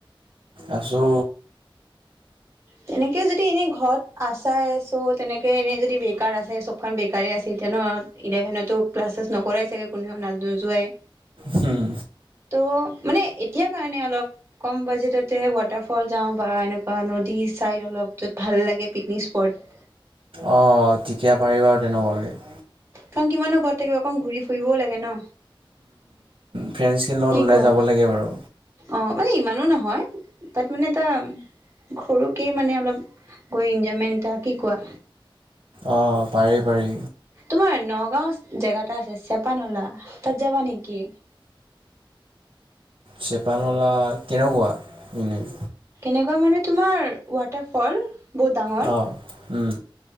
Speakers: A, on the right; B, on the right.
A: আছো।
B: তেনেকে যদি এনে। ঘৰত আচাই। ত', তেনেকৈ এনেই যদি বেকাৰ আছে চবখন বেকাৰেই আছে তেতিয়া ন। ইলেভেনতো ক্লাছেছ নকৰাই চাগে। কোনেও না নোযোৱাই।
A: হম',
B: তহ', মানে এতিয়া কাৰণে অলপ। কম বাজেটটে ৱাটাৰফল। যাওঁ বা এনেকুৱা নদী। ছাইড অলপ য'ত ভাল লাগে পিকনিক স্পট।
A: অহ', তেতিয়া পাৰিবা আৰু তেনেকুৱাকে।
B: কাৰণ কিমানৰ ঘৰত থাকিব অকণ ঘূৰি ফুৰিবও লাগে ন।
A: ফ্ৰেণ্ডছখিনিৰ লগত
B: কি
A: ওলাই
B: কোৱা?
A: যাব লাগে বাৰু
B: অহ', মানে ইমানো নহয়। পাত মানে ত সৰুকেই মানে অলপ গৈ এনজয়মেণ্ট এটা কি কোৱা?
A: অহ', পাৰি -পাৰি
B: তোমাৰ নগাঁও জেগা এটা আছে চেপানলা তাত যাবা নেকি?
A: চেপানলা কেনেকুৱা। এনেই
B: এনেকুৱা মানে তোমাৰ ৱাটাৰ ফল বহুত ডাঙৰ
A: অ', উম,